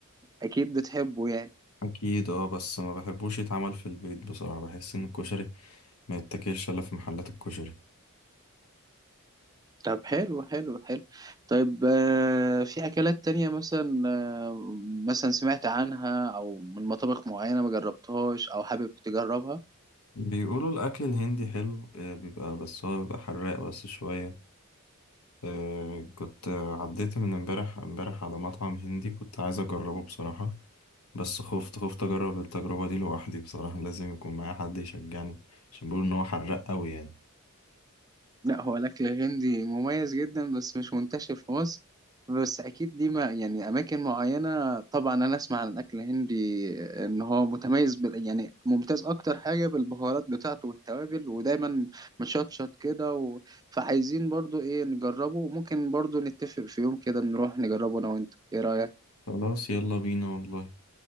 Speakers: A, on the right; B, on the left.
A: اكيد بتحبه يعني
B: أكيد اه بس ما بحبوش يتعمل في البيت بصراحة بحس إن الكشري ما يتاكلش الا في محلات الكشري
A: طب حلو حلو حلو طيب آه، في أكلات تانية مثلا آه، مثلا سمعت عنها أو من مطابخ معينة ما جربتهاش أو حابب تجربها
B: بيقولوا الاكل الهندي حلو آه، بيبقى بس هو بيبقى حراق بس شويه آه، كنت آه، عديت من امبارح امبارح على مطعم هندي كنت عايز اجربه بصراحه بس خفت خفت اجرب التجربه دي لوحدي بصراحه لازم يكون معايا حد يشجعني عشان بيقولوا ان هو حراق قوي يعني
A: لا هو الأكل الهندي مميز جدا بس مش منتشر في مصر بس أكيد دي ما يعني أماكن معينة طبعا أنا أسمع عن الأكل الهندي إن هو متميز بال يعني ممتاز أكتر حاجة بالبهارات بتاعته والتوابل ودايما مشطشط كده و... فعايزين برضو إيه نجربه وممكن برضو نتفق في يوم كده نروح نجربه أنا وأنت إيه رأيك؟
B: خلاص يلا بينا والله